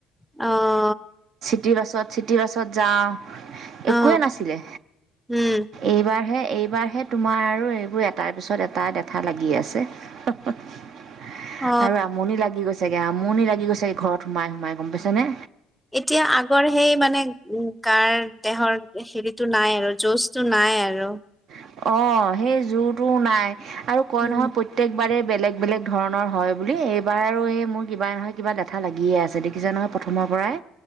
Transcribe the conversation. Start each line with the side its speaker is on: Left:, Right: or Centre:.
Centre: অ'।
Right: চিটি বাছত চিটি বাছত যাওঁ একোৱেই
Centre: অ
Right: নাছিলে।
Centre: উম
Right: এইবাৰহে এইবাৰহে তোমাৰ আৰু এইবোৰ এটাৰ পিছত এটা লেথা লাগি আছে। <inaudible>
Centre: অ
Right: আৰু আমনি লাগি গৈছেগে আমনি লাগি গৈছেগে ঘৰত সোমাই সোমাই গ'ম পাইছ নে?
Centre: এতিয়া আগৰ সেই মানে উ, গাৰ দেহৰ হেৰিটো নাই আৰু জোছটো নাই আৰু।
Right: অ', সেই জোৰটোও নাই আৰু কয়
Centre: উম
Right: নহয় প্ৰ প্ৰত্যেকবাৰেই বেলেগ বেলেগ ধৰণৰ হয় বুলি, এইবাৰ আৰু এই মোৰ কিবা নহয় কিবা লেথা লাগিয়ে আছে দেখিছে নহয়। প্ৰথমৰ পৰাই